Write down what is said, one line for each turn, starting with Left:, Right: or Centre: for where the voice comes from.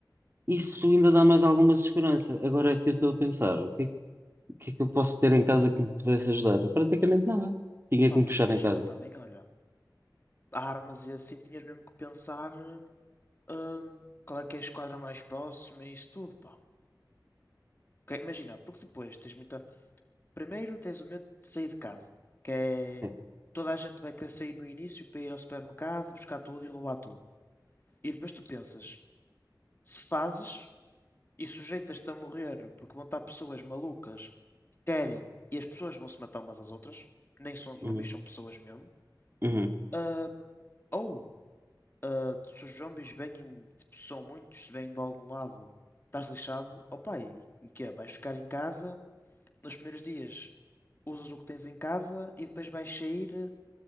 Right: Isso ainda dá mais alguma segurança. Agora que eu estou a pensar, o que, é que o que é que eu posso ter em casa que me pudesse ajudar? Praticamente nada. Tinha
Left: pá,
Right: que me
Left: mas
Right: fechar
Left: imagina
Right: em casa.
Left: também, olha, armas e assim tinhas mesmo que pensar eh, ahm, qual é que é a esquadra mais próxima e isso tudo, pá. Ok, Imagina, porque depois tens muita. Primeiro tens o medo de sair de casa, que é.
Right: Sim.
Left: Toda a gente vai querer sair no início para ir ao supermercado, buscar tudo e roubar tudo. E depois tu pensas, se fazes e sujeitas-te a morrer porque vão estar pessoas malucas que querem e as pessoas vão se matar umas às outras, nem são zombies,
Right: Uhum.
Left: são pessoas mesmo.
Right: Uhum.
Left: Ah, ou ah, se os zombies vêm, em- tipo, são muitos, se vêm de algum lado, estás lixado, opa, e, e que é? Vais ficar em casa, nos primeiros dias usas o que tens em casa e depois vais sair